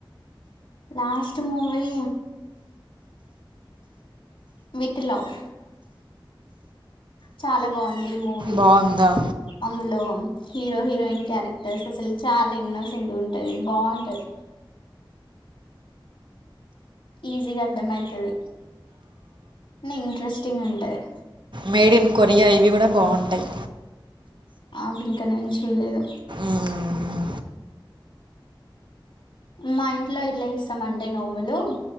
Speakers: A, on the left (about 80°); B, on the right (about 65°).
A: లాస్ట్ మూవీ మిత్ లవ్ చాలా బాగుంది ఈ మూవీ
B: బాగుందా
A: అందులో హీరో హీరోయిన్ క్యారెక్టర్స్ అసలు చాలా ఇన్నోసెంట్ ఉంటది బాగుంటది ఈజీగా అర్థమయితది ని ఇంట్రెస్టింగ్ ఉంటది
B: మేడ్ ఇన్ కొరియా ఇవి కూడా బాగుంటాయి
A: అవి ఇంక నేను చూలేదు
B: మ్మ్.
A: మా ఇంట్లో ఎట్లా ఏస్తాం అంటే నోములు